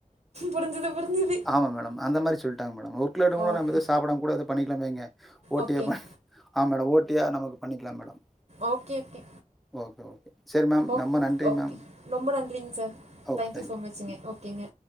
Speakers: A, on the right; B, in the centre.
A: புரிஞ்சுது புரிஞ்சுது
B: ஆமா மேடம் அந்த மாரி சொல்ட்டாங்க மேடம் ஒர்க் லோடும்போது
A: ஓகே
B: நம்ம எது சாப்டாம கூட எதோ பண்ணிக்லானு வைங்க ஓட்டியப்ப
A: ஓகேங்
B: ஆ மேடம் ஓட்டியா நமக்கு பண்ணிக்லா madam
A: okay okay
B: okay okay சரி மேம்.
A: ஓக்
B: ரொம்ப நன்றி
A: ஓகே
B: மேம்.
A: ரொம்ப நன்றிங்க sir
B: okay
A: thank
B: thank you
A: you so மச்சுங்க ஓகேங்க